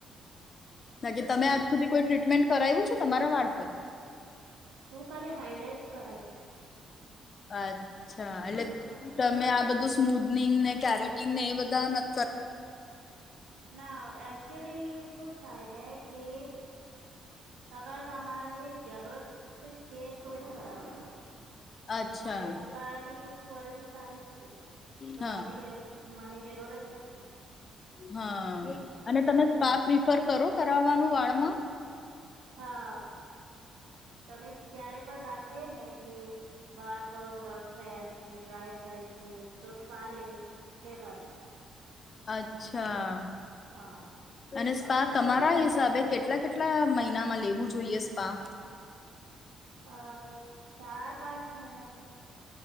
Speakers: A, on the left; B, on the right.
A: હજુ તમે આજ
B: તો
A: સુધી કોઈ ટ્રીટમેન્ટ કરાવ્યું છે. તમારા વાળ પર.
B: હું કાલે હાઈલાઈટ્સ કરાઈવું.
A: અચ્છા. હા એટલે
B: હા
A: તમે આ બધું- સ્મૂધનિંગ ને કેરેટીન ને એ બધા ન-
B: ના અક્ટયુઅલી શું. થાય ને કે. અગર તમારે જરૂરત છે તોય કરાવો.
A: અચ્છા
B: અમારી પાડી. ક્વોલિટી સારી જ. તો
A: હા.
B: મારે જરુ મને જરૂરત નથી.
A: હા અને તમે
B: હા
A: સ્પા પ્રિફર કરો કરાવાનું વાળ હ.
B: હા તમે ક્યારે પણ લાકે ને કે વાર બઉ રફ થયા છે ડ્રાય થાય છે તો. સ્પા લેેવી લેવાની.
A: અચ્છા.
B: હા
A: અને શું સ્પા તમારા હિસાબે કેટલા-કેટલા મહિનામાં લેવું જોઈએ સ્પા?
B: આ ચાર-પાંચ મહિનામાં